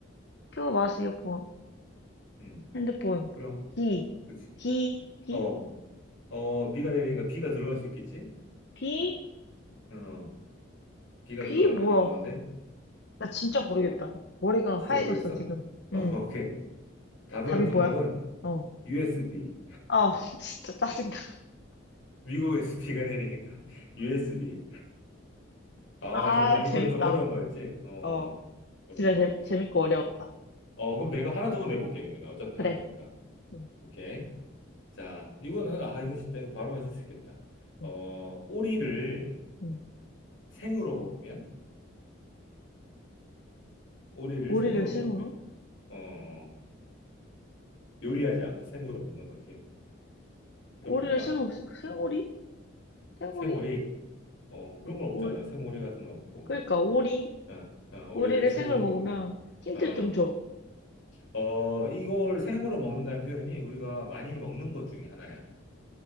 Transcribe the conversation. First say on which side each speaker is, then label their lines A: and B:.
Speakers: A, on the left (about 55°); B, on the left (about 75°).
A: 키보드, 마우스, 이어폰,
B: 음,
A: 핸드폰,
B: 그럼,
A: 비,
B: 그치.
A: 비, 비,
B: 어, 어, 비가 내리니까 비가 들어갈 수 있겠지?
A: 비,
B: 어, 비가
A: 비,
B: 들어가는
A: 뭐야?
B: 용어인데,
A: 나 진짜 모르겠다.
B: 뭐가,
A: 머리가
B: 진짜
A: 하얘졌어,
B: 모르겠어?
A: 지금.
B: 어,
A: 응,
B: <laughs> 오케이. 답은,
A: 답이
B: 정답은
A: 뭐야? 어.
B: USB.
A: 아, <laughs> 진짜 짜증나.
B: 미국에서 비가 내리니까 <laughs> USB. 아,
A: 아,
B: 정말
A: 재밌다.
B: 이거는 좀 어려운 거였지? 어,
A: 어,
B: 어려운
A: 진짜
B: 거야.
A: 재, 재밌고 어려웠다.
B: 어, 그럼 내가 하나 더 내볼게, 그러면. 어차피
A: 그래.
B: 한 거니까.
A: 응,
B: 오케이. 자, 이거는, 아, 이건 쉽다. 이거 바로 맞출 수 있겠다. 어,
A: 응,
B: 오리를
A: 응.
B: 생으로 먹으면? 오리를
A: 오리를
B: 생으로
A: 생으로?
B: 먹으면? 어, 요리하지 않고 생으로 먹는 거지. 그럼
A: 오리를
B: 뭘까?
A: 생으로, 생오리? 생오리?
B: 생오리? 어, 그런 건 없잖아.
A: 오리.
B: 생오리 같은 거 없고.
A: 그러니까, 오리.
B: 어, 어, 오리를
A: 오리를
B: 생으로
A: 생으로
B: 먹으면
A: 먹으면
B: 뭐.
A: 힌트
B: 어,
A: 좀 줘.
B: 어, 이걸 생으로 먹는다는 표현이 우리가 많이 먹는 것 중에 하나야.